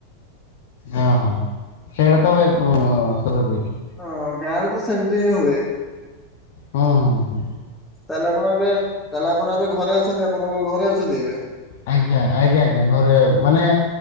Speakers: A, on the left (about 50°); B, in the centre.
A: ହଁ, ହଁ ସେଇଟା ତ ଭାଇ ଅଁ, ଅସଲ। <unintelligible>
B: ହଁ ଗାଁରେ ତ ସେମତି ହିଁ ହୁଏ।
A: ହଁ ହଁ ହଁ।
B: ତାହେଲେ ଆପଣ ଏବେ, ତାହେଲେ ଆପଣ ଏବେ ଘରେ ଅଛନ୍ତି, ଆପଣଙ୍କ ଘରେ ଅଛନ୍ତି ଏବେ?
A: ଆଜ୍ଞା, ଆଜ୍ଞା, ଆଜ୍ଞା ଘରେ ମାନେ